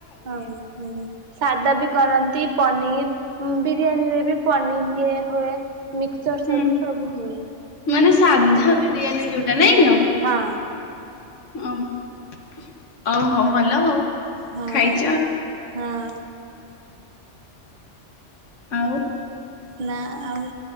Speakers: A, on the right (about 45°); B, on the left (about 85°).
A: ହୋଉ ହୁଁ। ସାଦା ବି କରନ୍ତି ପନିର ବିରିୟାନୀ ରେ ବି ପନିର ଇଏ ହୁଏ। ମିକ୍ସଚର୍
B: ହୁଁ
A: ସବୁ ସବୁ ହୁଏ।
B: ମାନେ ସାଧା ବିରିୟାନୀ ଯୋଉଟା ନାଇଁ ଆଉ।
A: ହଁ।
B: ଅ ଓ ହୋଉ ଭଲ ଆଉ।
A: ହଁ
B: ଖାଇଛ
A: ହଁ।
B: ଆଉ
A: ନା ଆଉ